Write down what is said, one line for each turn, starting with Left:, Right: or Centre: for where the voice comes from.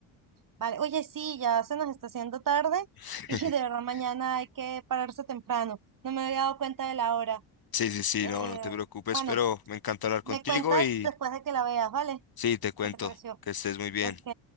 Right: Vale, oye, sí, ya se nos está haciendo tarde
Left: <laughs>
Right: y de verdad mañana hay que pararse temprano. No me había dado cuenta de la hora.
Left: Sí, sí, sí,
Right: Eh,
Left: no, no te preocupes,
Right: bueno,
Left: pero me encanta hablar contigo
Right: me cuentas
Left: y
Right: después de que la veas, ¿vale?
Left: sí, te cuento
Right: ¿Qué te pareció?
Left: que estés muy bien.
Right: Ok.